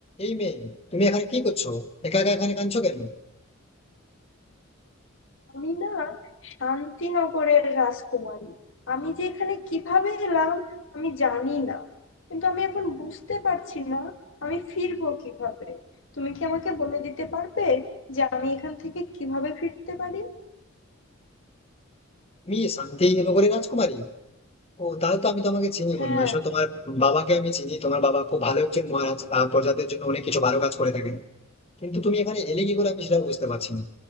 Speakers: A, on the left; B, on the left.
A: এই মেয়ে তুমি এখানে কি করছো একা একা এখানে কাঁদছো কেন
B: আমি না শান্তিনগরের রাজকুমারী আমি যে এখানে কিভাবে এলাম আমি জানি না কিন্তু আমি এখন বুঝতে পারছি না আমি ফিরবো কিভাবে তুমি কি আমাকে বলে দিতে পারবে যে আমি এখান থেকে কিভাবে ফিরতে পারি
A: তুমি শান্তি নগরের রাজকুমারী ও তাহলে তো আমি তোমাকে চিনি
B: হ্যাঁ
A: মনে হয় আসলে তোমার বাবাকে আমি চিনি তোমার বাবা খুব ভালো একজন মহারাজ আহ, প্রজাদের জন্য অনেক কিছু ভালো কাজ করে থাকেন কিন্তু তুমি এখানে এলে কি করে আমি সেটা বুঝতে পারছি না